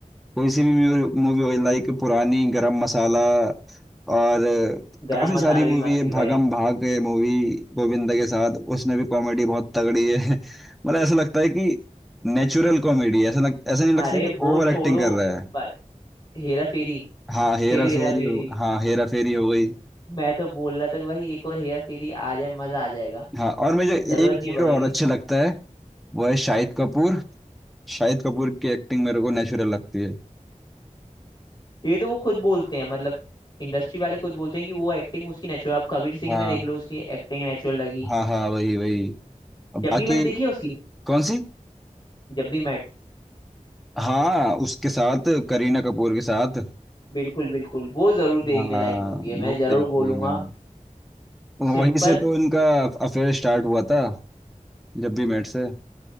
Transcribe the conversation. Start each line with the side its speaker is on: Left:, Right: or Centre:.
Centre: कोई सी भी मूवी हो लाइक पुरानी गरम मसाला और
Left: गरम
Centre: काफी
Left: मसाला
Centre: सारी
Left: भी
Centre: मूवी
Left: मस्त
Centre: है
Left: थी
Centre: भागम
Left: भाई
Centre: भाग है मूवी गोविंदा के साथ उसमें भी कॉमेडी बहुत तगड़ी है <laughs> मतलब ऐसा लगता है कि नेचुरल कॉमेडी है ऐसा लग ऐसा नहीं लगता
Left: अरे
Centre: कि
Left: वो
Centre: ओवर
Left: छोड़ो
Centre: एक्टिंग कर रहा है
Left: भाई हेरा फेरी
Centre: हाँ हेरा
Left: फिर हेरा
Centre: फेरी
Left: फेरी
Centre: हो हाँ हेरा फेरी हो गई
Left: मैं तो बोल रहा था कि भाई एक और हेरा फेरी आ जाए मजा आ जाएगा
Centre: हाँ और मुझे एक
Left: जरूरत नहीं
Centre: हीरो
Left: पड़ेगी
Centre: और अच्छे लगता है वो है शाहिद कपूर शाहिद कपूर की एक्टिंग मेरे को नेचुरल लगती है
Left: ये तो वो खुद बोलते हैं मतलब इंडस्ट्री वाले खुद बोलते हैं कि वो एक्टिंग उसकी नेचुरल आप कबीर सिंह
Centre: हाँ
Left: में देख लो उसकी एक्टिंग नेचुरल लगी
Centre: हाँ हाँ वही वही और
Left: जब
Centre: बाकी
Left: भी मैट देखी है उसकी
Centre: कौन सी
Left: जब भी मैट
Centre: हाँ उसके साथ करीना कपूर के साथ
Left: बिल्कुल बिल्कुल वो जरूर देखने
Centre: हाँ
Left: लायक मूवी है मैं
Centre: वो
Left: जरूर
Centre: देखी
Left: बोलूंगा
Centre: है मैंने वहीं
Left: सिंपल
Centre: से तो इनका अफेयर स्टार्ट हुआ था जब भी मेट से